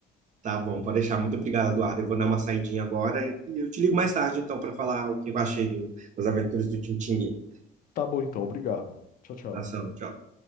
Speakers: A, on the right (about 45°); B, on the left (about 55°).
A: Tá bom, pode deixar. Muito obrigado, Eduardo. Eu vou dar uma saidinha agora e eu te ligo mais tarde então para falar o que eu achei do- das aventuras do Tintin.
B: Tá bom então, obrigado. Tchau, tchau.
A: Ação, tchau.